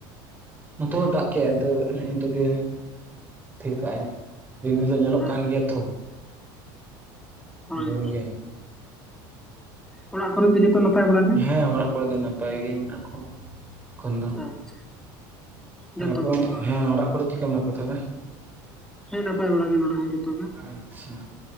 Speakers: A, on the right (about 15°); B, in the centre.
A: ᱱᱚᱛᱮ
B: ᱚ
A: ᱫᱟᱜ ᱠᱮᱜᱼᱟᱭ ᱟᱫᱚ ᱦᱮᱜᱼᱮ ᱱᱤᱛᱚᱜ ᱜᱮ ᱛᱷᱤᱨ ᱠᱟᱜᱼᱟᱭ᱾ ᱨᱤᱢᱤᱞ ᱫᱚ ᱧᱮᱞᱚᱜ ᱠᱟᱱ
B: ᱟᱪᱪᱷᱟ
A: ᱜᱮᱭᱟ ᱛᱚ᱾
B: ᱦᱳᱭ᱾
A: ᱵᱷᱳᱨ ᱜᱮ
B: ᱚᱲᱟᱜ ᱠᱚᱨᱮ ᱫᱚ ᱡᱚᱛᱚ ᱱᱟᱯᱟᱭ ᱵᱟᱲᱟ ᱜᱮ
A: ᱦᱮᱸ ᱚᱲᱟᱜ ᱠᱚᱨᱮ ᱫᱚ ᱱᱟᱯᱟᱭ ᱜᱮ ᱢᱮᱱᱟᱜ ᱠᱚᱣᱟ᱾ ᱮᱠᱷᱚᱱ ᱫᱚ᱾
B: ᱟᱪᱪᱷᱟ ᱡᱚᱛᱚ
A: ᱟᱯᱮ
B: ᱠᱚᱜᱮ
A: ᱦᱚᱸ
B: ᱵᱟᱝ
A: ᱦᱮ ᱚᱲᱟᱜ ᱠᱚᱨᱮ ᱪᱮᱫ ᱠᱟ ᱢᱮᱱᱟᱜ ᱠᱚᱣᱟ ᱛᱟᱦᱚᱞᱮ?
B: ᱦᱮᱸ ᱱᱟᱯᱟᱭ ᱵᱟᱲᱟ ᱜᱮ ᱱᱚᱰᱮ ᱦᱚᱸ ᱡᱚᱛᱚ ᱜᱮ᱾
A: ᱟᱪᱪᱷᱟ